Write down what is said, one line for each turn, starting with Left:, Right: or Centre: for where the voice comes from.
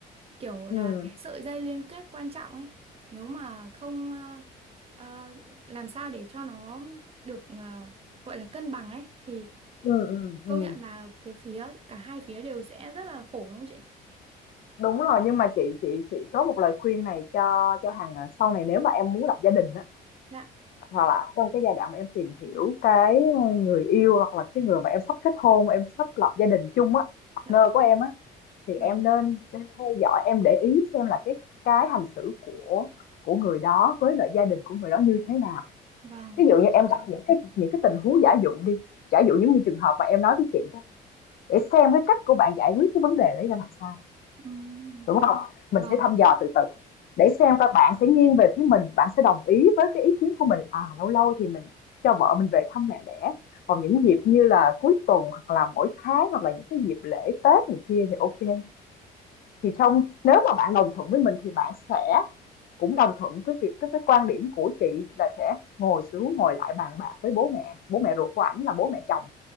Right: kiểu là
Left: ừm,
Right: cái sợi dây liên kết quan trọng ấy nếu mà không ờ, ờ, làm sao để cho nó được ờ, gọi là cân bằng ấy thì
Left: ừm, ừm,
Right: công
Left: ừm.
Right: nhận là cái phía cả hai phía đều sẽ rất là khổ đúng không chị?
Left: Đúng rồi, nhưng mà chị chị chị có một lời khuyên này cho cho Hằng, à, sau này nếu mà em muốn lập gia đình á,
Right: Dạ,
Left: hoặc là trong cái giai đoạn mà em tìm hiểu cái người yêu hoặc là cái người mà em sắp kết hôn em sắp lập gia đình chung á partner
Right: dạ vâng,
Left: của em á thì
Right: vâng,
Left: em nên theo dõi em để ý xem là cái cái hành xử của của người đó với lại gia đình của người đó như thế nào
Right: vâng,
Left: ví dụ như em gặp những cái những cái tình huống giả dụ đi giả dụ những như trường hợp mà em nói với chị đó để xem cái cách của bạn giải quyết cái vấn đề đấy ra làm sao
Right: ừm,
Left: Đúng không? Mình
Right: vâng,
Left: sẽ thăm dò từ từ để xem các bạn sẽ nghiêng về phía mình, bạn sẽ đồng ý với cái ý kiến của mình. À, lâu lâu thì mình cho vợ mình về thăm mẹ đẻ, còn những dịp như là cuối tuần hoặc là mỗi tháng hoặc là những cái dịp lễ Tết này kia thì ok. Thì trong nếu mà bạn đồng thuận với mình thì bạn sẽ cũng đồng thuận với việc cái cái quan điểm của chị là sẽ ngồi xuống ngồi lại bàn bạc với bố mẹ bố mẹ ruột của ảnh là bố mẹ chồng